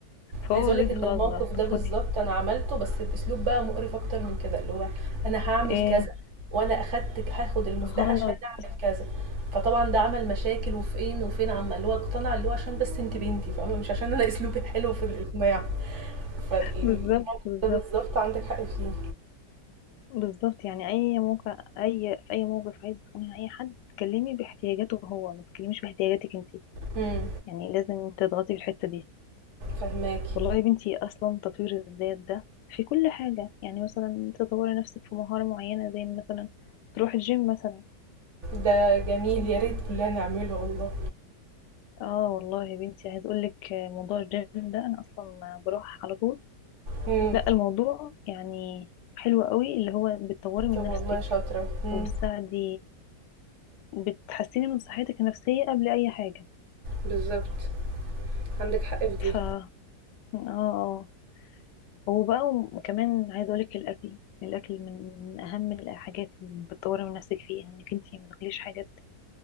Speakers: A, on the left; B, on the right.
A: فهو
B: عايز
A: اوريدي
B: اقولك ان
A: خلاص
B: الموقف
A: بقى
B: ده
A: طب
B: بالظبط
A: فاضي
B: انا عملته بس باسلوب بقى مقرف اكتر من كده اللي هو انا هعمل
A: ايه
B: كذا وانا اخدت هاخد المفتاح
A: غلط
B: عشان اعمل كذا فطبعا ده عمل مشاكل وفين وفين عم اللي هو اقتنع اللي هو عشان بس انت بنتي فاهمه مش عشان انا <laughs> اسلوبي حلو في الاقناع فالموقف
A: بالظبط بالظبط
B: ده بالظبط عندك حق فيه
A: بالظبط يعني اي موقع اي في اي موقف عايز تكوني اي حد تكلمي باحتياجاته هو ما تتكلميش باحتياجاتك انت
B: مم.
A: يعني لازم تضغطي في الحته دي
B: فهماكي
A: والله يا بنتي اصلا تطوير الذات ده في كل حاجه يعني مثلا تطوري نفسك في مهاره معينه زي مثلا تروحي الجيم مثلا
B: ده جميل يا ريت كلنا نعمله والله
A: اه والله يا بنتي عايز اقول لك موضوع الجيم ده انا اصلا بروح على طول
B: مم.
A: لا الموضوع يعني حلو قوي اللي هو بتطوري من
B: طب
A: نفسك
B: والله شاطرة مم.
A: وبتساعدي بتحسني من صحتك النفسية قبل أي حاجة
B: بالظبط عندك حق في
A: ف
B: دي
A: اه اه وبقى وكمان عايزة أقولك الأكل الأكل من من أهم الحاجات اللي بتطوري من نفسك فيها إنك انتي ما تاكليش حاجات